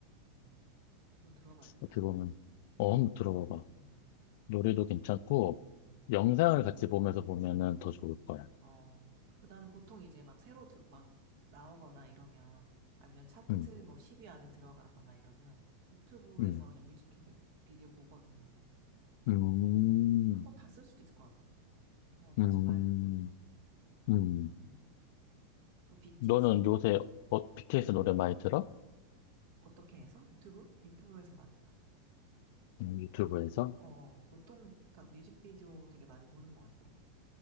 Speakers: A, on the right; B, on the left.
A: 음. 뭐 들어봐야겠다.
B: 어떻게 보면, 어, 한번 들어봐봐.
A: 음,
B: 노래도 괜찮고,
A: 음.
B: 영상을 같이 보면서 보면은 더 좋을 거야.
A: 어, 그다음 보통 이제 막 새로 드, 막 나오거나 이러면 아니면 차트
B: 음,
A: 뭐 10위 안에 들어가거나 이러면 유튜브에서
B: 음,
A: 그냥 뮤직 비디- 비디오 보거든.
B: 음,
A: 어, 한번 봤을 수도 있을 것 같아. 어, 다시
B: 음,
A: 봐야겠다.
B: 음.
A: 음. 그 BTS
B: 너는 요새 어, BTS 노래 많이 들어?
A: 어떻게 해서? 유튜브? 유튜브에서 많이 봐.
B: 음, 유튜브에서?
A: 어, 보통 그니까 뮤직비디오 되게 많이 보는 것 같아.